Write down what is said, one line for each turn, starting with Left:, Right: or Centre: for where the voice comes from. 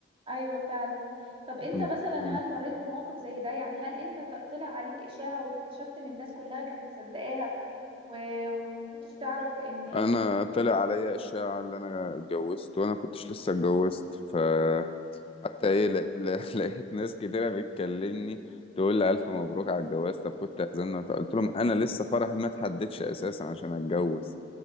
Right: ايوه فعلا طب انت
Left: م-
Right: مثلا
Left: م.
Right: هل مريت بموقف زي ده يعني هل انت ط- طلع عليك اشاعة واكتشفت ان الناس كلها كانت مصدقاها و... وما كنتش تعرف ان
Left: انا طلع عليا اشاعة اللي انا اتجوزت وانا كنتش لسه اتجوزت ف حتى ايه لا لا <laughs> لقيت ناس كتيرة بتكلمني تقول لي الف مبروك على الجواز طب كنت اعزمنا قلت لهم انا لسه فرحي ما اتحددش اساسا عشان اتجوز